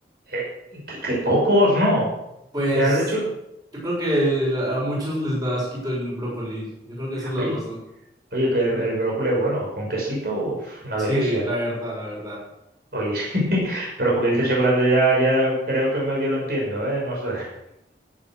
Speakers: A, on the right; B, on the right.
A: Eh, qué, qué pocos, ¿no?
B: Pues
A: De haber hecho.
B: yo creo que la- a muchos les da asquito el brócoli. Yo creo que esa es la
A: Oye,
B: razón.
A: oye, que el, el brócoli es bueno, con quesito, uf, una
B: Sí,
A: delicia.
B: la verdad, la verdad.
A: Oye, <laughs> pero cubierto de chocolate ya, ya creo que medio lo entiendo, ¿eh? No sé.